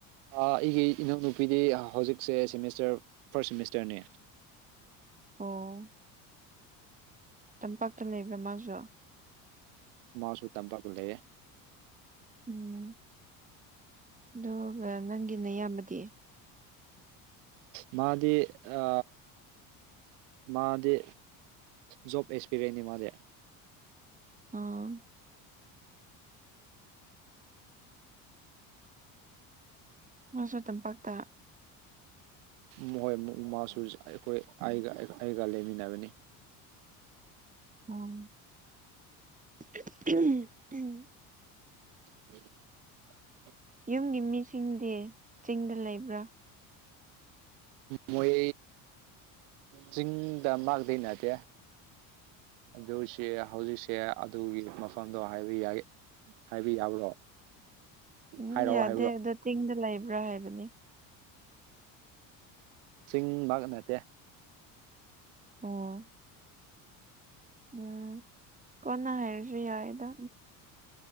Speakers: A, on the right; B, on the right.
A: ꯑꯩꯒꯤ ꯏꯅꯧꯅꯨꯄꯤꯗꯤ ꯍꯧꯖꯤꯛꯁꯦ ꯁꯦꯃꯤꯁꯇꯔ ꯐꯥꯔꯁ ꯁꯦꯃꯤꯁꯇꯔꯅꯦ
B: ꯑꯣ ꯇꯝꯄꯥꯛꯇ ꯂꯩꯕ꯭ꯔꯥ ꯃꯥꯁꯨ
A: ꯃꯥꯁꯨ ꯇꯝꯄꯛꯇ ꯂꯩꯌꯦ
B: ꯎꯝ ꯑꯗꯨꯒ ꯅꯪꯒꯤꯅ ꯅꯌꯥꯝꯕꯗꯤ
A: ꯃꯥꯗꯤ ꯑ ꯃꯥꯗꯤ ꯖꯣꯕ ꯑꯦꯛꯁꯄꯤꯔꯤꯌꯦꯟ ꯅꯤ ꯃꯥꯗꯤ
B: ꯑ ꯅꯪꯁꯨ ꯇꯝꯄꯥꯛꯇ
A: ꯃꯣꯏ ꯃꯥꯁꯨ ꯑꯩꯈꯣꯏ ꯑꯩꯒ ꯑꯩꯒ ꯂꯩꯃꯤꯟꯅꯕꯅꯤ
B: ꯎꯪ <unintelligible>
A: <inaudible>
B: ꯌꯨꯝꯒꯤ ꯃꯤꯁꯤꯡꯗꯤ ꯆꯤꯡꯗ ꯂꯩꯕ꯭ꯔꯥ
A: ꯃꯣꯏ ꯆꯤꯡꯗ ꯃꯥꯛꯗꯩꯩꯅꯇꯦ ꯑꯗꯨꯁ ꯍꯧꯖꯤꯛꯁꯦ ꯑꯗꯨꯒꯤ ꯃꯐꯝꯗꯣ ꯍꯥꯏꯕ ꯌꯥꯏ ꯍꯥꯏꯕ ꯌꯥꯎ꯭ꯔꯣ
B: ꯎꯝ
A: ꯍꯥꯏꯔꯛꯑꯣ
B: ꯌꯥꯗꯦ
A: ꯍꯥꯏꯕ꯭ꯔꯣꯑꯣ
B: ꯑꯗꯣ ꯆꯤꯡꯗ ꯂꯩꯕ꯭ꯔꯥ ꯍꯥꯏꯕꯅꯤ
A: ꯆꯤꯡ ꯃꯥ ꯅꯠꯇꯦ
B: ꯑꯣꯝ ꯎꯝ ꯀꯅꯥ ꯍꯥꯏ꯭ꯔꯤꯌꯥꯗ